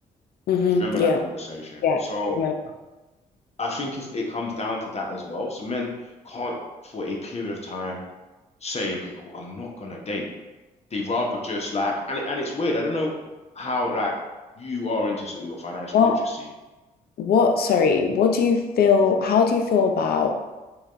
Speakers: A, on the left; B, on the left.
A: hmm
B: Do you remember
A: yeah
B: that conversation?
A: yeah
B: So
A: I remember
B: I think it comes down to that as well. So men can't for a period of time say, okay, cool, I'm not gonna date. They rather just like, and it- and it's weird. I don't know how like you are into sort of your financial
A: what
B: literacy.
A: what sorry what do you feel how do you feel about